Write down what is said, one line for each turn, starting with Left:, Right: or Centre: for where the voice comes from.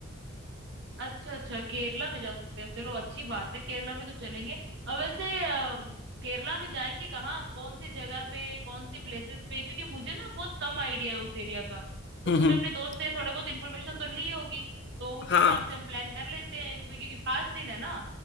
Right: अच्छा अच्छा केरला में जा सकते हो चलो अच्छी बात है केरला में तो चलेंगे और वैसे अ, केरला में जाएंगे कहाँ कौन सी जगह पे कौन सी प्लेसेस पे क्योंकि मुझे ना बहुत कम आइडिया है उस एरिया का तो
Left: हम्म
Right: तुमने
Left: हम्म।
Right: अपने दोस्त से थोड़े बहुत इन्फॉर्मेशन तो ली होगी तो उसी
Left: हाँ
Right: हिसाब से हम प्लान कर लेते हैं क्योंकि क्योंकि पांच दिन है ना